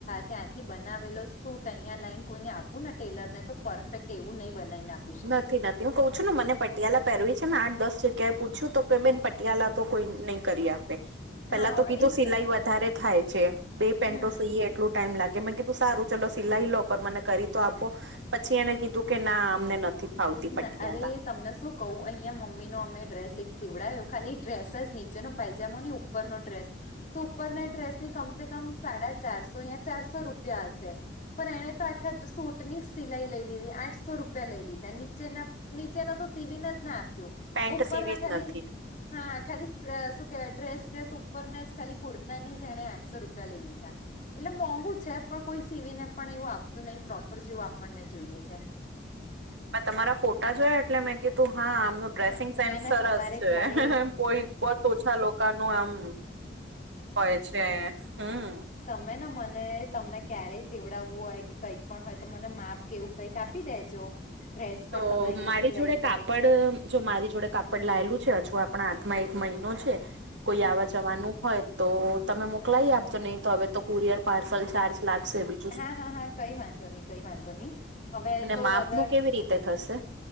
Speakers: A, on the left; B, on the right.
A: ત્યાંથી બનાવેલો સૂટ અહિયા લાઈન કોઈને આપૂ ને ટેલરને તો પરફેક્ટ એવું નહી બનાવીને આપે
B: નથી નથી હું કઉ છું ને મને પટિયાલા પહેરવી છે ને આઠ દસ જગ્યાએ પૂછ્યું તો કે બેન પટિયાલા તો કોઈ નહી કરી આપે પેલા
A: હા
B: તો કીધું
A: એજ
B: સિલાઈ
A: ને
B: વધારે થાય છે બે પેન્ટો
A: હમ
B: સીએ એટલું ટાઈમ લાગે મે કીધું તસારું ચલો સિલાઈ લો પણ મને કરી તો આપો. પછી એને કીધું કે ના અમને નથી ફાવતી
A: ના
B: પટિયાલા
A: અરે તમને શું કહું અહીયાં મમ્મી નો અમે ડ્રેસ એક સીવડાયો ખાલી ડ્રેસ જ નીચેનો પાઓ ની ઉપર નો ડ્ર્રેસ તો ઉપરના ડ્રેસની કમસે કમ સાડા ચારસો યા ચારસો રૂપિયા હશે. પણ એણે તો આખા સૂટની સિલાઈ લઈ લીધી આઠસો રૂપિયા લઈ લીધા ની નીચેના નીચેનો તો સિવિને જ ના આપ્યો
B: પેન્ટ
A: ઉપરના
B: સીવી જ
A: ખાલી
B: નથી
A: હા ખાલી શું કેવાય ડ્રેસ ડ્રેસ ઉપરને જ ખાલી કુર્તાને જ એણે આઠસો રૂપિયા લઈ લીધા. એટલે મોંઘુ છે પણ કોઈ સીવીને પણ એવું આપતું નહીિ પ્રોપર જેવું આપણને જોઈએ છે.
B: મેં તમારા ફોટા જોયા એટલે મેં કીધું હા આમનું ડ્રેસિંગ
A: હા
B: સેન્સ
A: ના ના
B: સરસ
A: તમારે
B: છે
A: ક્યારે
B: બહોત ઓછા લોકોનું આમ હોય છે હમ.
A: મે ને મને તમને ક્યારેય સેવડાવવું હોય કે કઈ પણ હોય તો મને માપ કેવું કઈક આપી દેજો ડ્રેસ પણ
B: તો
A: તમે અહિયાં
B: મારી
A: થી લઈ
B: જોડે કાપડ
A: કરી.
B: જો મારી જોડે કાપડ લાયેલું છે હજુ આપણા હાથમાં એક મહિનો છે કોઈ
A: હમ
B: આવવા જવાનું હોય. તો તમે મોકલાઈ આપજો નહી તો હવે તો કુરિયર પાર્સલ ચાર્જ લાગશે બી.
A: હા હા હા કઈ વાંધો નહી કઈ વાંધો નહી, હવે. તો
B: માપ
A: અગર
B: નું કેવી રીતે થશે..